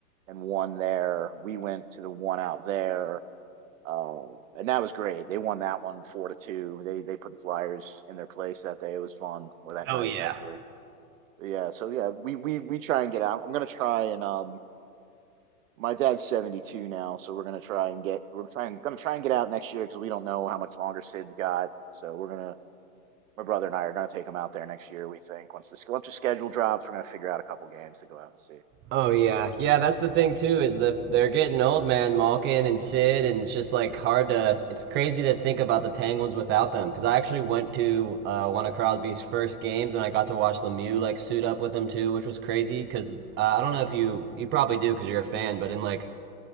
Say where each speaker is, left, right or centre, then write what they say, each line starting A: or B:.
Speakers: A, on the right; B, on the right.
A: and one there. We went to the one out there um, and that was great. They won that one four to two. They they put the Flyers in their place that day. It was fun, or that
B: Oh
A: night
B: yeah.
A: actually. Yeah, so yeah, we we we try and get out. I'm gonna try and um, my dad's 72 now, so we're gonna try and get we're trying gonna try and get out next year because we don't know how much longer Sid's got. So we're gonna my brother and I are gonna take him out there next year. We think once the sch- once the schedule drops, we're gonna figure out a couple games to go out and see.
B: Oh yeah, yeah. That's the thing too is that they're getting old, man. Malkin and Sid, and it's just like hard to. It's crazy to think about the Penguins without them. Because I actually went to uh, one of Crosby's first games, and I got to watch Lemieux like suit up with him too, which was crazy. Because uh, I don't know if you you probably do because you're a fan, but in like